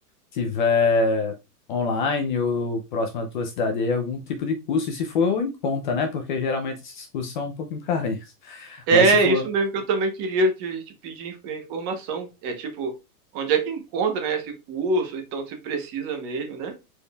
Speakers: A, on the left; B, on the right.
A: tiver online ou próximo da tua cidade aí, algum tipo de curso, e se for em conta, né? Porque geralmente esses cursos são um pouquinho carinhos. <laughs>
B: É
A: Mas se for
B: isso mesmo que eu também queria te, te pedir inf- é, informação. É tipo, onde é que encontra, né, esse curso? Então se precisa mesmo, né?